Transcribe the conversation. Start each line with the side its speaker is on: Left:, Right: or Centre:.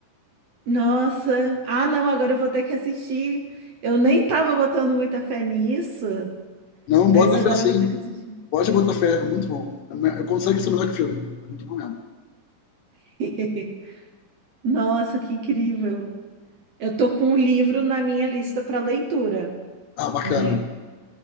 Right: Nossa. Ah, não, agora eu vou ter que assistir. Eu nem tava botando muita fé nisso,
Left: Não bota
Right: mas agora
Left: fé assim.
Right: eu vou ter que assistir.
Left: Pode botar fé, é muito bom. É, consegue ser melhor que o filme. É muito bom mesmo.
Right: <laughs> Nossa, que incrível. Eu tô com o livro na minha lista para leitura,
Left: Ah, bacana.
Right: né?